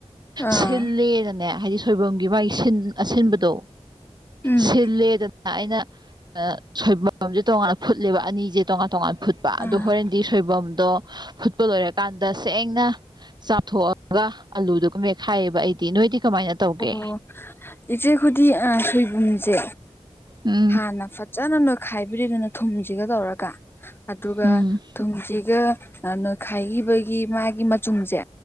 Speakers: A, on the left; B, on the right.
A: ꯑꯥ
B: ꯁꯤꯜꯂꯦꯅꯅꯦ ꯍꯥꯏꯗꯤ ꯁꯣꯏꯕꯨꯝꯒꯤ ꯃꯥꯒꯤ ꯑꯁꯤꯟꯕꯗꯣ
A: ꯎꯝ
B: ꯁꯤꯜꯂꯦꯗꯅ ꯑꯩꯅ ꯁꯣꯏꯕꯨꯝꯁꯦ ꯇꯣꯉꯥꯟꯅ ꯐꯨꯠꯂꯦꯕ ꯑꯅꯤꯁꯦ ꯇꯣꯉꯥꯟ ꯇꯣꯉꯥꯟ ꯐꯨꯠꯄ
A: ꯑꯥ
B: ꯑꯗꯣ ꯍꯣꯔꯦꯟꯗꯤ ꯁꯣꯏꯕꯨꯝ ꯗꯣ ꯐꯨꯠꯄ ꯂꯣꯏꯔꯀꯥꯟꯗ ꯁꯦꯡꯅ ꯆꯝꯊꯣꯛꯑꯒ ꯑꯂꯨꯗꯨꯒ ꯃꯦꯠꯈꯥꯏꯌꯦꯕ ꯑꯩꯗꯤ ꯅꯣꯏꯗꯤ ꯀꯃꯥꯏꯅ ꯇꯧꯒꯦ
A: ꯑꯣ ꯏꯆꯦ ꯑꯩꯈꯣꯏꯗꯤ ꯁꯣꯏꯕꯨꯝꯁꯦ
B: ꯎꯝ
A: ꯍꯥꯟꯅ ꯐ ꯐꯖꯅ ꯅꯣꯏꯈꯥꯏꯕꯤꯔꯦꯗꯅ ꯊꯨꯝꯁꯤꯒ ꯇꯧꯔꯒ ꯑꯗꯨꯒ
B: ꯎꯝ
A: ꯊꯨꯝꯁꯤꯒ ꯅꯣꯏꯈꯥꯏꯈꯤꯕꯒꯤ ꯃꯥꯒꯤ ꯃꯆꯨꯝꯁꯦ